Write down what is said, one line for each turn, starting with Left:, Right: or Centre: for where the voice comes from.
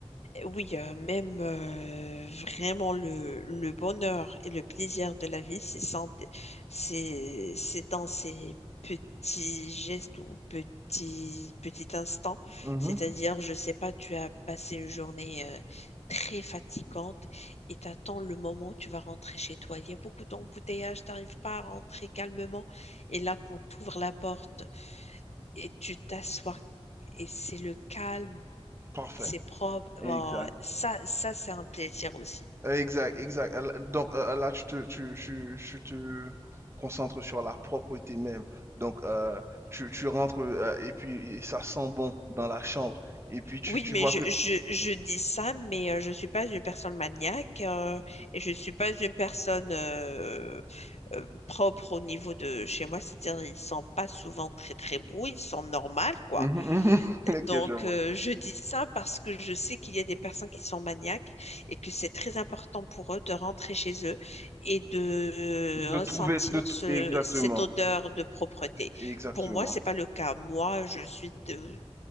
Left: Oui, euh, même euh, vraiment le, le bonheur et le plaisir de la vie, c'est sans- c'est, c'est dans ces petits gestes ou petits, petits instants.
Right: Mhm.
Left: C'est-à-dire, je sais pas, tu as passé une journée euh, très fatigante et t'attends le moment où tu vas rentrer chez toi. Il y a beaucoup d'embouteillages, t'arrives pas à rentrer calmement. Et là, quand tu ouvres la porte et tu t'assois, et c'est le calme
Right: Parfait.
Left: c'est propre.
Right: Exact.
Left: Bon, ça, ça c'est un plaisir aussi.
Right: Exact, exact. Euh, Donc euh, là, tu te, tu, tu- tu te concentres sur la propreté même. Donc, euh, tu, tu rentres euh, et puis et ça sent bon dans la chambre. Et puis, tu,
Left: Oui,
Right: tu
Left: mais
Right: vois
Left: je,
Right: que...
Left: je, je dis ça, mais euh, je suis pas une personne maniaque euh, et je suis pas une personne euh, euh, propre au niveau de chez moi. C'est-à-dire, ils ne sont pas souvent très, très beaux, ils sont normaux, quoi.
Right: Mhm, mhm. <laughs>
Left: Donc,
Right: Ok, je vois.
Left: euh, je dis ça parce que je sais qu'il y a des personnes qui sont maniaques et que c'est très important pour eux de rentrer chez eux et de
Right: De trouver...
Left: ressentir
Right: De... t-
Left: ce-
Right: Exactement.
Left: cette odeur de propreté.
Right: Exactement.
Left: Pour moi, c'est pas le cas. Moi, je suis, de-